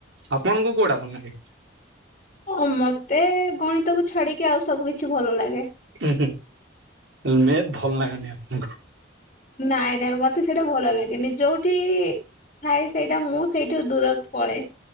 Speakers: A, on the right; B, on the left.
A: ଆପଣଙ୍କୁ କୋଉଟା ଭଲ ନାଗେ?
B: ଓ ମତେ-ଏ ଗଣିତକୁୁ ଛାଡିକି ଆଉ ସବୁ କିଛି ଭଲ ଲାଗେ।
A: ଉଁ ହୁଁ ମେଥ୍ ଭଲ ଲାଗେନି ଆପଙ୍କୁ।
B: ନାଇଁ ନାଇଁ ମତେ ସେଇଟା ଭଲ ଲାଗେନି ଯୋଉଠି-ଇ ଥାଏ ସେଇଟା ମୁଁ ସେଇଠୁ ଦୂର ପଳେ।